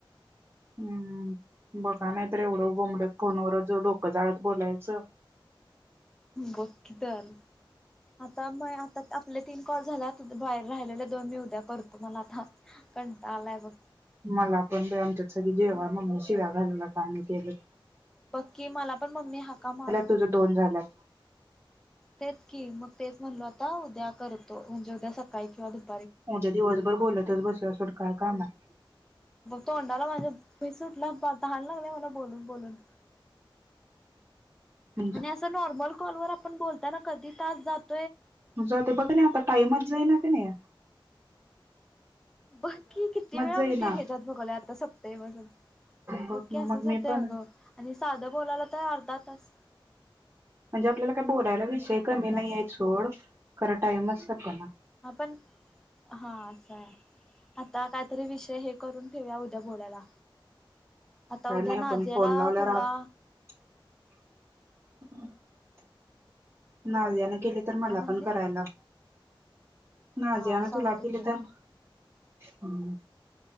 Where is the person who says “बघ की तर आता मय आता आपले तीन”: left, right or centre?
Centre